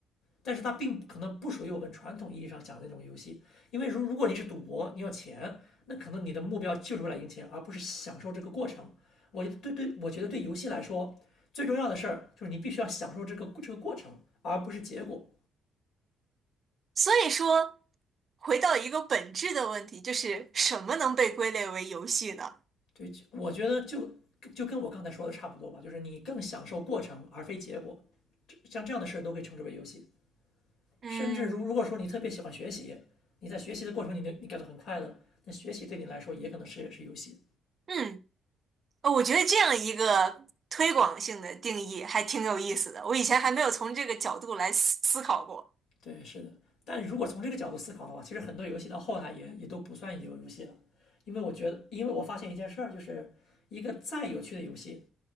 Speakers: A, on the left; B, on the right.
A: 但是它并不可能不属于我们传统意义上讲的那种游戏，因为如如果你是赌博，你要钱，那可能你的目标就是为了赢钱，而不是享受这个过程。我觉得对对，我觉得对游戏来说，最重要的事儿就是你必须要享受这个这个过程，而不是结果。
B: 所以说，回到一个本质的问题，就是什么能被归类为游戏呢？
A: 对，就我觉得就就跟我刚才说的差不多吧，就是你更享受过程而非结果，像这样的事都可以称之为游戏。
B: 嗯
A: 甚至如如果说你特别喜欢学习，你在学习的过程你你感到很快乐，那学习对你来说也可能是也是游戏。
B: 嗯，呃我觉得这样一个推广性的定义还挺有意思的，我以前还没有从这个角度来思思考过。
A: 对，是的。但如果从这个角度思考的话，其实很多游戏到后来也也都不算游游戏了，因为我觉得，因为我发现一件事儿，就是一个再有趣的游戏，